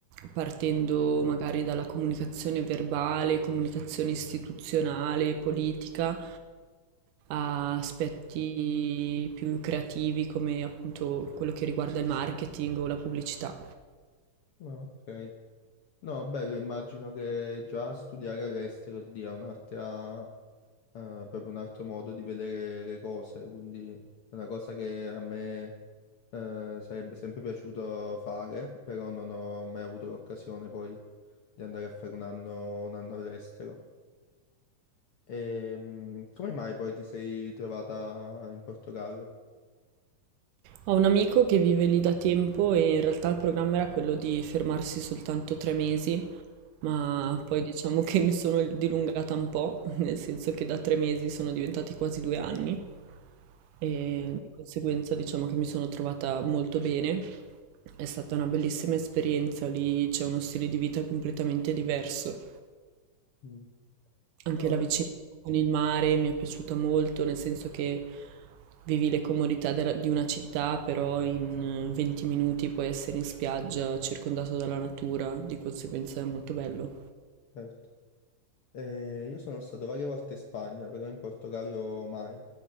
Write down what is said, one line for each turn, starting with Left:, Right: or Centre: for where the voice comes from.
Right: partendo magari dalla comunicazione verbale, comunicazione istituzionale, politica, a aspetti più creativi come appunto quello che riguarda il marketing o la pubblicità.
Left: Ah, Ok. No, bello, immagino che già studiare all'estero ti dia un'altra, eh, proprio un altro modo di vedere le cose, quindi è una cosa che a me, eh, sarebbe sempre piaciuto fare, però non ho mai avuto l'occasione poi di andare a fare un anno, un anno all'estero. Ehm, come mai poi ti sei trovata in Portogallo?
Right: Ho un amico che vive lì da tempo e in realtà il programma era quello di fermarsi soltanto tre mesi, ma poi diciamo che mi sono dilungata un po', <laughs> nel senso che da tre mesi sono diventati quasi due anni e di conseguenza diciamo che mi sono trovata molto bene. È stata una bellissima esperienza, lì c'è uno stile di vita completamente diverso.
Left: Ok.
Right: Anche
Left: No,
Right: la
Left: io-
Right: vicinanza con il mare mi è piaciuta molto, nel senso che vivi le comodità della- di una città, però in eh, 20 minuti puoi essere in spiaggia, circondato dalla natura, di conseguenza è molto bello.
Left: certo. Eh, io sono stato varie volte in Spagna, però in Portogallo mai,